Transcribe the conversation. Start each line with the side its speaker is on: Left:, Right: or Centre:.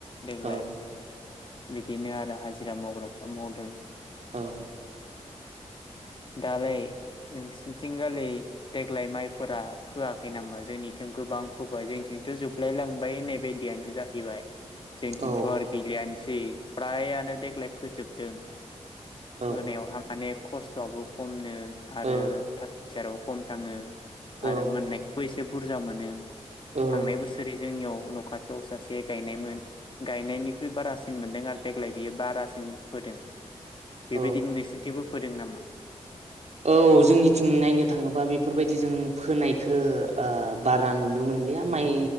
Left: देग्लाय
Right: औ
Left: बिदिनो आरो हाजिरा मावग्राफ्रा मावदों
Right: औ
Left: दालाय नोंसोरनिथिंगालि देग्लाय माइफोरा फोआखै नामा जोंनिथिं गोबां फोबाय जोंनिथिंथ' जोबलाय लांबाय होननाय बायदियानो जाहैबाय जोंनिथिंथ'
Right: औ
Left: आरो गैलियानो सै फ्रायानो देग्लाय फोजोबदों फोनायावहा
Right: औ
Left: माने खस्थ'आबो खमनो आरो
Right: औ
Left: फैसायाबो खम थाङो
Right: औ
Left: आरो मोननाय फुस एसे बुरजा मोनो
Right: औ
Left: थांनाय बोसोरै जोंनियाव न' खाथियाव सासे गायनायमोन गायनायनिख्रुइ बारासिन मोनदों आरो देग्लाय बियो बारासिन होदों बेबायदिनो
Right: औ
Left: नोंसोरनिथिंबो फोदों नामा
Right: औ जोंनिथिं नायनो थाङोबा बेफोरबायदि जों फोनायखौ बारा नुनो मोनलिया माइ